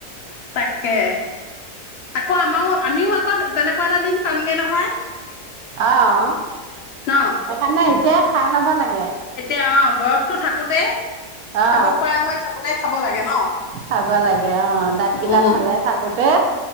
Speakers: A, on the left (about 70°); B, on the right (about 75°).
A: তাকে, আকৌ আমাৰ ও আমিও আকৌ তেনেকুৱা এটা দিন পামগে নহয়।
B: অ'।
A: ন
B: সেইকাৰণে এতিয়া খাই ল'ব লাগে
A: এতিয়া অ বস তো থাকোতে
B: অ
A: খাব পৰা হৈ থাকোতে খাব লাগে ন
B: খাব লাগে অ দাঁত কেইটা
A: উম
B: ভালে থাকোতে